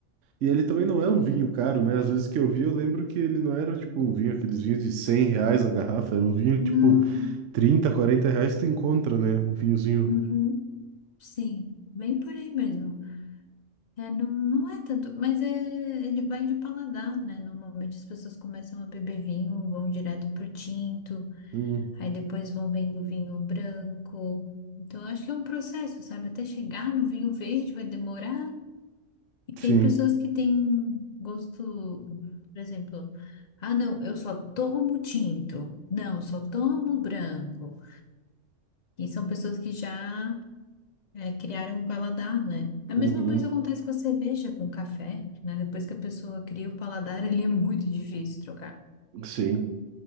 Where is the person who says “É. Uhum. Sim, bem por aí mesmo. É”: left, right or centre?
Left